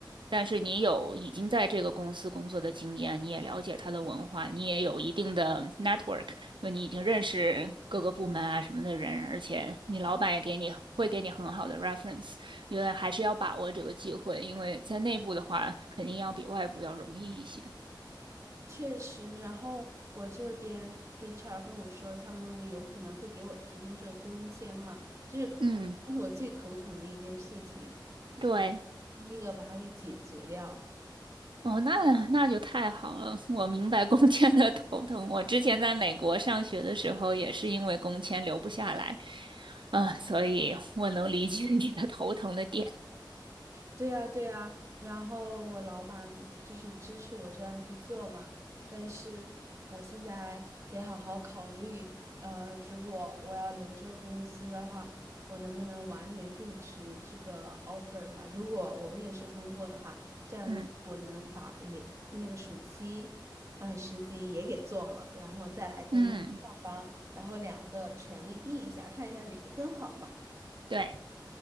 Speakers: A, on the right (about 80°); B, on the right (about 40°).
A: 但是你有已经在这个公司工作的经验，你也了解他的文化，你也有一定的 network，就你已经认识各个部门啊什么的人，而且你老板也给你会给你很好的 reference，因为还是要把握这个机会，因为在内部的话，肯定要比外部要容易一些。
B: 确实，然后我这边 HR 跟我说，他们有可能会给我提供这个工签嘛，就是这是我最头疼的一件事情，
A: 嗯，对。
B: 第一个把它给解决掉。
A: 哦，那那就太好了，我明白工签的头疼。我之前在美国上学的时候，也是因为工签留不下来，啊、所以我能理解你的头疼的点。
B: 对呀，对呀，然后我老板就是支持我这样去做嘛，但是我现在得好好考虑，呃，如果我要留这个公司的话，我能不能晚点入职这个 offer 嘛？如果我面试通过的话，这样子我能把也那个暑期，
A: 嗯
B: 呃，实习也给做了，然后再来公司上班，
A: 嗯，
B: 然后两个全力比一下，看一下哪个更好嘛。
A: 对